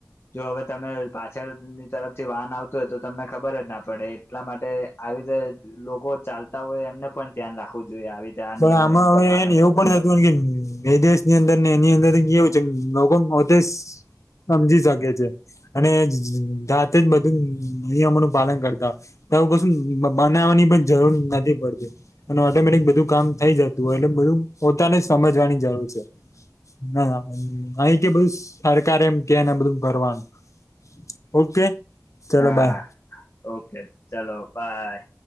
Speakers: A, on the left; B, on the left.
A: જો હવે તમે પાછળની તરફ જે વાહન આવતું હોય તો તમને ખબર જ ના પડે એટલા માટે આવી રીતે લોકો ચાલતા હોય એમને પણ ધ્યાન રાખવું જોઈએ આવી રીતે આ
B: પણ
A: નિયમોનું
B: આમાં હવે
A: તો પાલન
B: હેન એવું
A: કરવું
B: પણ
A: જોઈએ
B: થતું હો કે એ દેશ ની અંદર ને એની અંદર કેવું છે લોકો પોતે સમજી શકે છે. અને જાતે જ બધું નિયમો નું પાલન કરતા તો આઉ કશું બ-બનાવાની પણ જરૂર નથી પડતી અને ઓટોમેટિક બધું કામ થઈ જતું હોય એટલે બધું પોતાને સમજવાની જરૂર છે. ના ના નહીં કે બધું સરકારે એમ કેને આ બધું કરવાનું ઓકે ચલો
A: હા
B: બાય.
A: ઓકે ચલો બાય